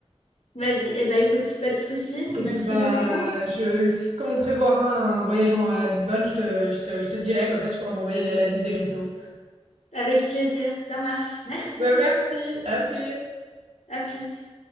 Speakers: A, on the left; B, on the right.
A: Vas-y. Eh ben, écoute, pas de souci.
B: Et
A: Merci
B: puis bah,
A: beaucoup.
B: je, si- quand on prévoira un voyage en- à Lisbonne, je te, je te, je te dirai, comme ça tu pourras m'envoyer la la liste des restos.
A: Avec plaisir. Ça marche. Merci.
B: Bah, merci, à plus!
A: À plus.